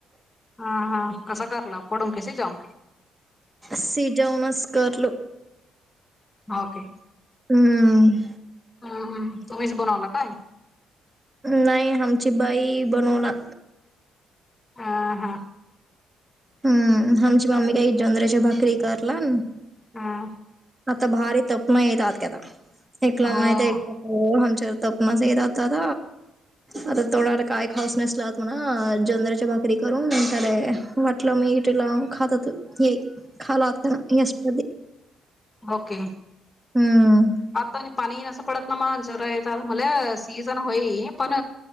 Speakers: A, on the left; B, on the right.
A: हा हा कसं करल पडून कैसे जाऊ
B: सिजवनसकारलो.
A: ओके.
B: हम्म.
A: हम्म हम तुम्हीच बनवला काय.
B: नाही आमची बाई बनवनार.
A: ह हा.
B: हम्म आमची मम्मी काही जोंधळ्याच्या भाकरी करणार.
A: हा.
B: आता भारी तप नाही येतात कता इकलून
A: हो
B: नाहीेत येत. हो हमचर तर आपना सही राहतात. आता तोडला काय खाऊस नसलात म्हणा जोंधळ्याच्या भाकरी करून त्या म्हटलं मी तीला खात होतो खाला आत <unintelligible>
A: ओके
B: हम्म
A: आता. पाणी नसं पडत ना म जरा येत म्हला सीझन होई पण